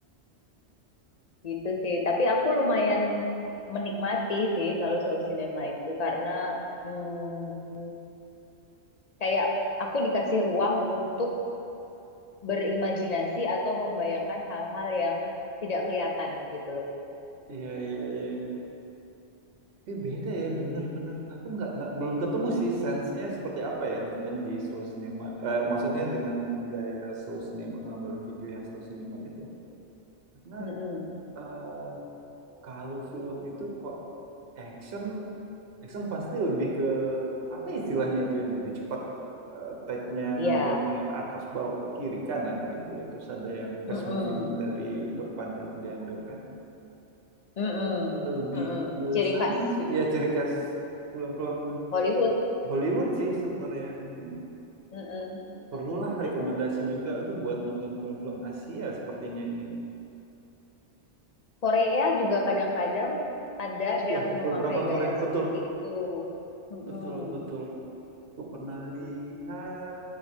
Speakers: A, on the left (about 45°); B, on the right (about 60°).
A: gitu sih. Tapi aku lumayan menikmati sih kalau slow cinema itu karena mm, kayak aku dikasih ruang untuk berimajinasi atau membayangkan hal-hal yang tidak kelihatan gitu loh.
B: Iya, iya, iya, iya. Tapi beda ya, bener-bener. Aku nggak, nggak, belum ketemu sih sense-nya seperti apa ya nonton di slow cinema. Eh, maksudnya dengan gaya slow cinema, pengambilan video yang slow cinema itu. Karena
A: Mm-mm.
B: eh, Kalau film itu kok action, action pasti lebih ke apa istilahnya itu yang lebih cepat eh, take-nya
A: Iya.
B: ngambilnya atas bawah kiri kanan gitu loh. Terus ada yang fast
A: Mm-mm.
B: moving dari depan itu diambil kan.
A: Mm-mm.
B: Lebih
A: Mm-mm.
B: ke
A: Ciri
B: sana
A: khas
B: sih. Ya ciri khas film-film
A: Hollywood.
B: Hollywood sih sebenarnya mungkin
A: Mm-mm,
B: perlulah
A: mm-mm, benar.
B: rekomendasi juga aku buat nonton film-film Asia sepertinya ini.
A: Korea juga kadang-kadang ada
B: Iya,
A: yang memakai
B: beberapa
A: gaya
B: Korea. Betul,
A: seperti itu. Mm-mm,
B: betul, betul. Aku pernah lihat